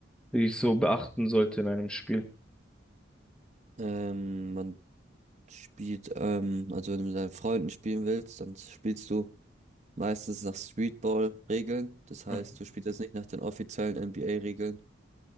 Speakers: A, in the centre; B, on the right.
A: die ich so beachten sollte in einem Spiel?
B: Ähm, man spielt, ähm, also wenn du mit deinen Freunden spielen willst, dann spielst du meistens nach Streetball-Regeln. Das heißt,
A: Hm.
B: du spielst jetzt nicht nach den offiziellen NBA-Regeln